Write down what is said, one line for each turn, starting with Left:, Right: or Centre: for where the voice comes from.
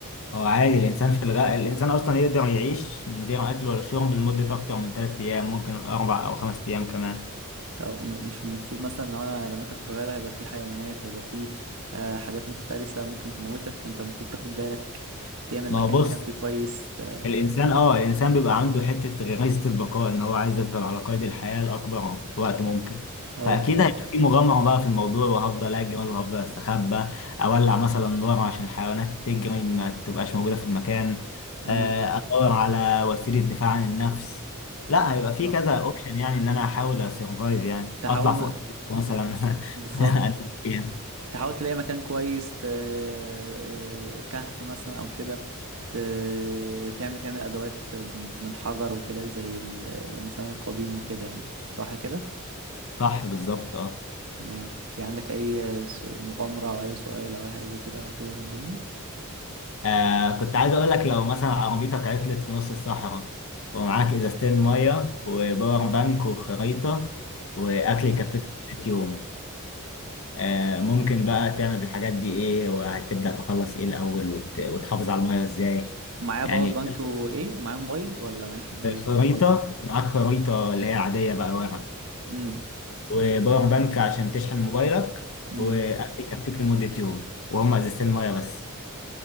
Left: هو عادي الإنسان في الغاء الإنسان أصلا يقدر يعيش من غير أكل ولا شرب لمدة أكتر من تلات أيام ممكن أربع أو خمس أيام كمان
Right: طب م- مش المفروض مثلا لو انا رميتك في غابة هيبقى في حيوانات هيبقى في آه، حاجات مفترسة ممكن تموتك فانت المفروض تاخد بالك تعمل
Left: ما
Right: مكان
Left: هو بص
Right: تنام فيه كويس ت...
Left: الانسان اه الانسان بيبقى عنده حته غريزه البقاء ان هو عايز يفضل على قيد الحياه لاكبر وقت ممكن
Right: اه
Left: فاكيد هيبقى في مغامره بقى في الموضوع وهفضل اجري وهفضل استخبى اولع مثلا نار عشان الحيوانات تجري ما تبقاش موجوده في المكان
Right: امم
Left: آه، ادور على وسيله دفاع عن النفس لا هيبقى
Right: بالظبط
Left: في كذا اوبشن يعني ان انا احاول اسرفايف يعني
Right: تحاول
Left: اطلع فوق
Right: م...
Left: مثلا <laughs>
Right: بالظبط
Left: انام فيها
Right: تحاول تلاقي مكان كويس ت... آه، كهف مثلا او كده ت... تعمل تعمل ادوات ب- من الحجر وكده زي ال... الانسان القديم وكده يعني صح كده
Left: صح بالظبط اه
Right: تمام في عندك اي س- مغامرة او اي سؤال او اي حاجة زي كده تقدر تدوني
Left: آه كنت عايز اقول لك لو مثلا عربيتك عطلت في نص الصحراء ومعاك ازازتين ميه وباور بانك وخريطه واكل يكفيك لمده يوم آه ممكن بقى تعمل بالحاجات دي ايه وهتبدا تخلص ايه الاول وت... وتحافظ على الميه ازاي
Right: معايا باور
Left: يعني
Right: بانك
Left: <laughs>
Right: وايه ومعايا موبايل ولا معيش موبايل
Left: خريطه معاك خريطه اللي هي عاديه بقى ورق
Right: امم
Left: وباور بانك عشان تشحن موبايلك
Right: امم
Left: واكل يكفيك لمده يوم وهم ازازتين ميه بس